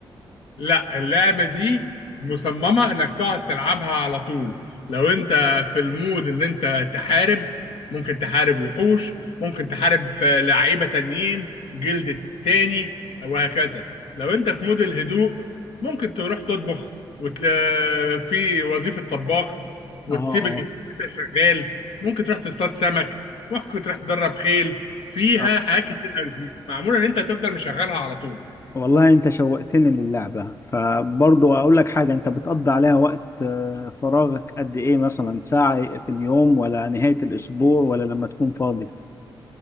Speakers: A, on the left (about 80°); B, on the left (about 30°).
A: لا اللعبة دي مصممة انك تقعد تلعبها على طول لو انت في المود ان انت تحارب ممكن تحارب وحوش ممكن تحارب في لعيبة تانيين جلد تاني وهكذا لو انت في مود الهدوء ممكن تروح تطبخ وت... في وظيفة طباخ وتسيب
B: اه
A: الكمبيوتر شغال ممكن تروح تصطاد سمك ممكن تروح تدرب خيل فيها
B: اه
A: حاجات كتير أوي. معمولة ان انت تفضل مشغلها على طول
B: والله انت شوقتني للعبة فبرضه اقول لك حاجة انت بتقضي عليها وقت آه، فراغك قد ايه مثلا ساعة في اليوم ولا نهاية الاسبوع ولا لما تكون فاضي